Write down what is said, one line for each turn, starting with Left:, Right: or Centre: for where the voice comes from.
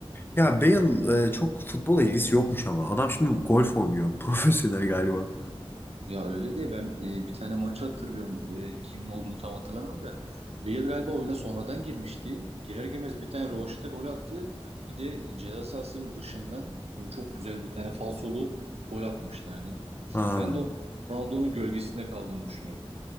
Left: Ya Bale e, çok futbola ilgisi yokmuş ama. Adam şimdi golf oynuyor. <laughs> Profesyonel galiba.
Right: Ya öyle değil ben e, bir tane maç hatırlıyorum. E, kimin olduğunu tam hatırlamıyorum da. Bale galiba oyuna sonradan girmişti. Girer girmez bir tane rövaşata gol attı. Bir de ceza sahasının dışından böyle çok güzel bir tane falsolu gol atmıştı hani.
Left: Ha.
Right: Ben de o- Ronaldo'nun gölgesinde kaldığını düşünüyorum.